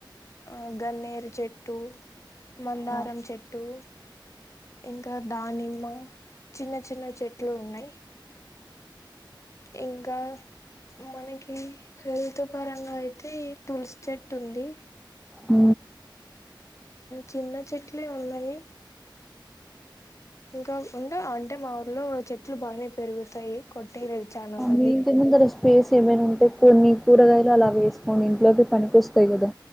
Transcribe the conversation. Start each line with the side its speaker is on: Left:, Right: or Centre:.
Left: ఆ గన్నేరు చెట్టు మందారం
Centre: ఆ
Left: చెట్టు ఇంకా దానిమ్మ ఆ <unintelligible> చిన్న చిన్న చెట్లు ఉన్నాయి ఇంకా మనకి హెల్త్ పరంగా అయితే అయితే తులసి చెట్టు ఉంది
Centre: హ
Left: చిన్న చెట్లే ఉన్నాయి ఇంకా ఉంట అంటే మా ఊర్లో చెట్లు బానే పెరుగుతాయి కొట్టేయలేదు చాలా మంది
Centre: మీ ఇంటి ముందర స్పేస్ ఏమైనా ఉంటే కొన్ని కూరగాయలు అలా వేసుకోండి ఇంట్లోకి పనికొస్తాయి కదా